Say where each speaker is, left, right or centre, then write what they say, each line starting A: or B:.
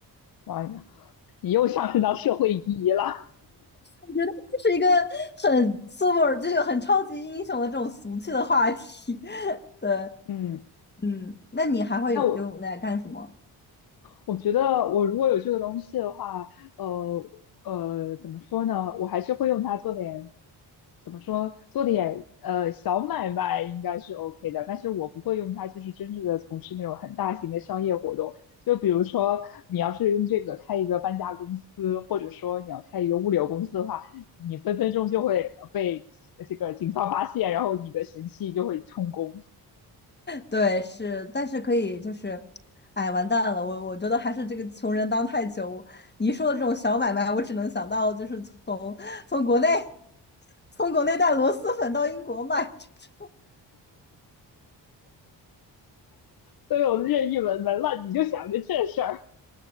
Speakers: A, on the left; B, on the left.
A: 哇，你又上升到社会意义了。
B: 我觉得这是一个很 super，就是很超级英雄的这种俗气的话题。<laughs> 对，
A: 嗯，
B: 嗯，那你还会有用来干什么？
A: 那我我觉得我如果有这个东西的话，呃呃，怎么说呢？我还是会用它做点，怎么说，做点呃小买卖应该是 OK 的，但是我不会用它，就是真正的从事那种很大型的商业活动。就比如说，你要是用这个开一个搬家公司，或者说你要开一个物流公司的话，你分分钟就会被这个警方发现，然后你的神器就会充公，
B: 对，是，但是可以就是，哎，完蛋了，我我觉得还是这个穷人当太久。你一说的这种小买卖，我只能想到就是从从国内从国内带螺蛳粉到英国卖，这这
A: 都有任意门门了，你就想着这事儿。